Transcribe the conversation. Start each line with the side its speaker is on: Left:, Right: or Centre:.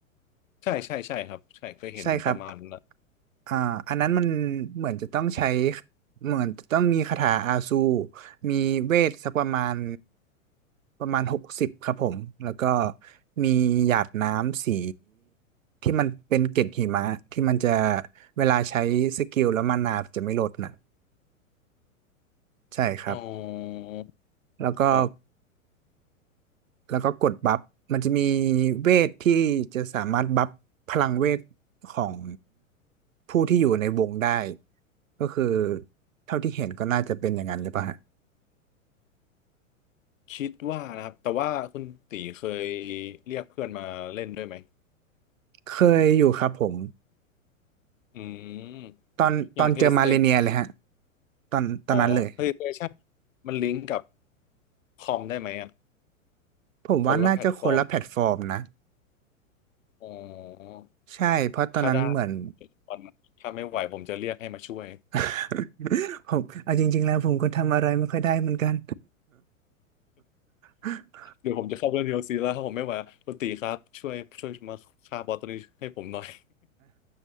Left: ใช่ใช่ใช่ครับใช่เคยเห็นประมาณนั้นอะ
Right: ใช่ครับ อ่าอันนั้นมันเหมือนจะต้องใช้เหมือนจะต้องมีคาถาอาซูมีเวทสักประมาณประมาณหกสิบครับผมแล้วก็มีหยาดน้ำสีที่มันเป็นเกล็ดหิมะที่มันจะเวลาใช้สกิลแล้วมานาจะไม่ลดน่ะใช่ครับ
Left: อ๋อ
Right: แล้วก็
Left: ก็
Right: แล้วก็กดบัฟมันจะมีเวทที่จะสามารถบัฟพลังเวทของผู้ที่อยู่ในวงได้ก็คือเท่าที่เห็นก็น่าจะเป็นอย่างนั้นหรือเปล่าฮะ
Left: คิดว่านะครับแต่ว่าคุณตีเคยเรียกเพื่อนมาเล่นด้วยไหม
Right: เคยอยู่ครับผม
Left: อืมอย่าง
Right: ตอนตอนเจอมาเลเนียเลยฮะ
Left: PlayStation
Right: ตอนตอนนั้นเลย
Left: อ๋อ PlayStation มันลิงก์กับคอมได้ไหมอ่ะ
Right: ผมว่าน่าจะคนละแพลตฟอร์มนะ
Left: คนละแพลตฟอร์มอ๋อ
Right: ใช่เพราะตอนนั้นเหมือน
Left: ถ้าได้วันนั้นถ้าไม่ไหวผมจะเรียกให้มาช่วย
Right: <laughs> ผมเอาจริงๆแล้วผมก็ทำอะไรไม่ค่อยได้เหมือนกัน <laughs>
Left: เดี๋ยวผมจะเข้าเรื่องเดียวซีแล้วผมไม่ไหวคุณตีครับช่วยช่วยมาฆ่าบอสตัวนี้ให้ผมหน่อย